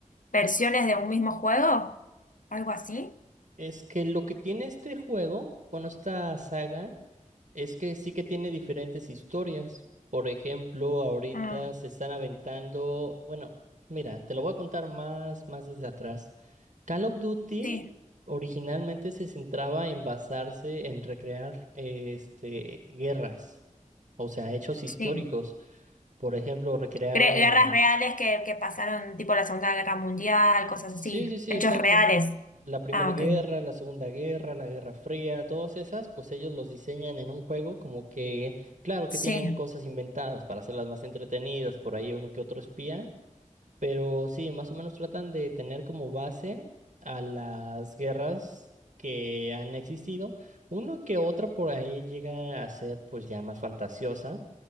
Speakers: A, on the left; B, on the right.
A: versiones de un mismo juego, algo así.
B: Es que lo que tiene este juego, bueno, esta saga Es que sí que tiene diferentes historias. Por ejemplo, ahorita
A: Ah,
B: se están aventando, bueno, mira, te lo voy a contar más, más desde atrás. Call of Duty
A: sí,
B: originalmente se centraba en basarse en recrear eh, este, guerras, o sea, hechos históricos.
A: sí.
B: Por ejemplo, recrearon
A: Gre- Guerras
B: la,
A: reales que, que pasaron, tipo la Segunda Guerra Mundial, cosas
B: Sí,
A: así.
B: sí, sí,
A: Hechos
B: exacto.
A: reales.
B: La Primera
A: Ah,
B: Guerra,
A: ok.
B: la Segunda Guerra, la Guerra Fría, todas esas, pues ellos los diseñan en un juego como que, claro
A: Sí.
B: que tienen cosas inventadas para hacerlas más entretenidas, por ahí uno que otro espía, pero sí, más o menos tratan de tener como base a las guerras que han existido. Uno que otra por ahí llega a ser pues ya más fantasiosa.